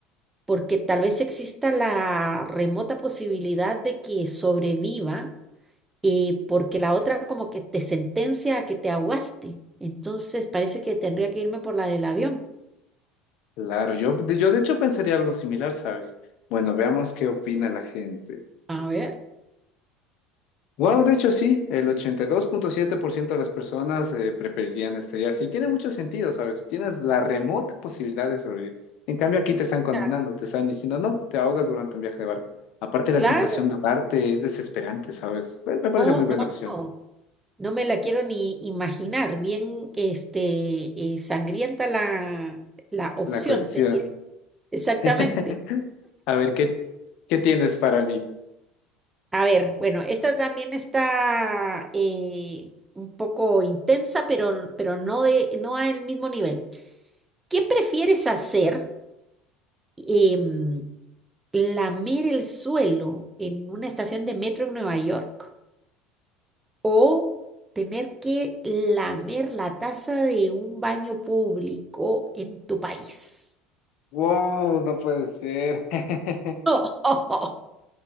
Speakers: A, on the right (about 15°); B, on the left (about 55°).
A: porque tal vez exista la remota posibilidad de que sobreviva, eh, porque la otra como que te sentencia a que te ahogaste. Entonces parece que tendría que irme por la del avión.
B: Claro, yo, yo de hecho pensaría algo similar, ¿sabes? Bueno, veamos qué opina la gente.
A: A ver.
B: Wow, de hecho sí, el ochenta y dos punto siete por ciento de las personas eh, preferirían estrellarse y tiene mucho sentido, ¿sabes? Tienes la remota posibilidad de sobrevivir. En cambio aquí te están condenando,
A: Ah,
B: te están diciendo, no, te ahogas durante un viaje de barco. Aparte la
A: Claro.
B: sensación de ahogarte es desesperante, ¿sabes? Pues, me parece
A: Oh,
B: muy buena
A: no,
B: opción.
A: no. No me la quiero ni imaginar. Bien, este, eh, sangrienta la, la opción.
B: La cuestión.
A: te diré. Exactamente.
B: <laughs> A ver, ¿qué, qué tienes para mí?
A: A ver, bueno, esta también está eh, un poco intensa, pero, pero no de, no al mismo nivel. ¿Qué prefieres hacer? Em, ¿lamer el suelo en una estación de metro en Nueva York o tener que lamer la taza de un baño público en tu país?
B: Wow, no puede ser. <laughs>
A: <laughs>